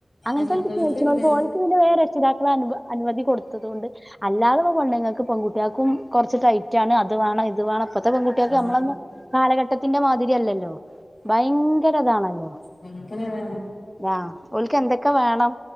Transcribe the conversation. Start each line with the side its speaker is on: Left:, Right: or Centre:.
Centre: അങ്ങനെതോൽക്ക്
Left: അങ്ങൻത്തോൽക്ക്ണ്ട്
Centre: ഓൽക്ക് പിന്നെ വേ രക്ഷിതാക്കള അനുവതി കൊടുത്തതോണ്ട് അല്ലാതെപ്പം പെണ്ണ്ങ്ങൾക്ക് പെൺകുട്ട്യേ ക്കും കുറച്ച് ടൈറ്റാണ് അത് വേണം ഇത് വേണം ഇപ്പഴത്തെ പെൺകുട്ടിയാക്ക്
Left: ആഹ്
Centre: നമ്മളൊന്ന കാലഘട്ടത്തിന്റെ മാതിരിയല്ലല്ലോ ഭയങ്കര ഇതാണല്ലോ
Left: ഭയങ്കര ഇതാണ്
Centre: ആ ഓൽക്ക് എന്തൊക്കെ വേണം